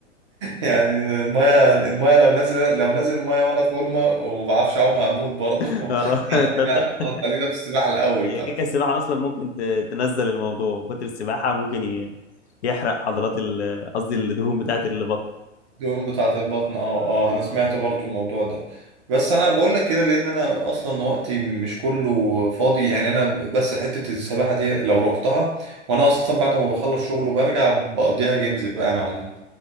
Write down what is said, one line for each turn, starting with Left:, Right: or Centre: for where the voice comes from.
Right: يعني المايه المايه لو نازل لو نازل المايه وانا فورمه وما بعرفش اعوم هموت برضه
Left: <laughs>
Right: <laughs>
Left: اه
Right: يعني
Left: تصدق
Right: لا خلاص خلينا في السباحه الاول
Left: هي
Right: بقى
Left: كيكة السباحة أصلا ممكن ت- تنزل الموضوع كتر السباحة ممكن ي- يحرق عضلات ال- قصدي الدهون بتاعت البطن
Right: الدهون بتاعه البطن اه
Left: مم،
Right: اه
Left: بالظبط
Right: انا سمعت برضه الموضوع ده بس انا بقول لك كده لان انا اصلا وقتي مش كله فاضي يعني انا بس حته السباحه دي لو رحتها وانا اصلا بعد ما بخلص شغل وبرجع بقضيها جيمز بقى يا معلم